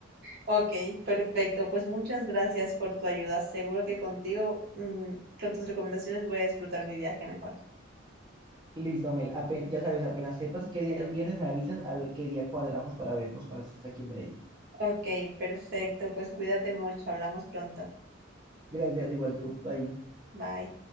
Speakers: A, on the right; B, on the right.
A: ok, perfecto. Pues muchas gracias por tu ayuda. Seguro que contigo, mm, con tus recomendaciones voy a disfrutar mi viaje mejor.
B: Listo, Mel, apen- ya sabes, apenas sepas qué días vienes, me avisas a ver qué día cuadramos para vernos cuando estés aquí en Medellín.
A: Ok, perfecto. Pues cuídate mucho. Hablamos pronto.
B: Gracias, igual tú. Bye.
A: Bye.